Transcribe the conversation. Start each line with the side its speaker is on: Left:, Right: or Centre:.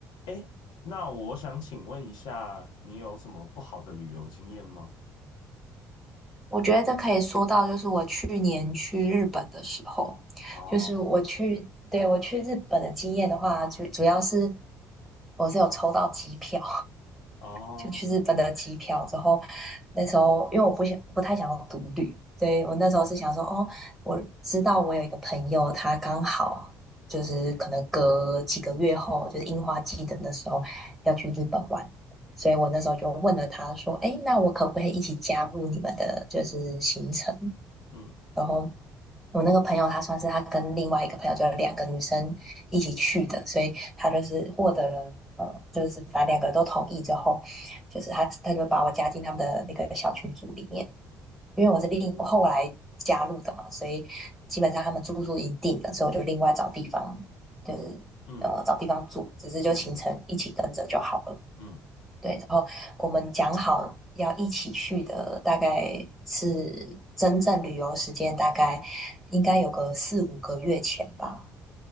Left: 哎，那我想请问一下，你有什么不好的旅游经验吗？
Centre: 我觉得这可以说到，就是我去年去日本的时候，
Left: 哦
Centre: 就是我去，对，我去日本的经验的话，就主要是我是有抽到机票，
Left: 哦，
Centre: 就去日本的机票之后，那时候因为我不想不太想要独旅，所以我那时候是想说，哦，我知道我有一个朋友，他刚好就是可能隔几个月后，就是樱花季的那时候要去日本玩，所以我那时候就问了他说，哎，那我可不可以一起加入你们的就是行程？
Left: 嗯
Centre: 然后我那个朋友，她算是她跟另外一个朋友，就是两个女生一起去的，所以她就是获得了，呃，就是反正两个人都同意之后，就是她她就把我加进他们的那个小群组里面，因为我是另我后来加入的嘛，所以基本上他们住宿已经定了，所以我就另外找地方，就是呃找地方住，
Left: 嗯
Centre: 只是就行程一起跟着就好了。
Left: 嗯嗯
Centre: 对，然后我们讲好要一起去的，大概是真正旅游时间大概应该有个四五个月前吧。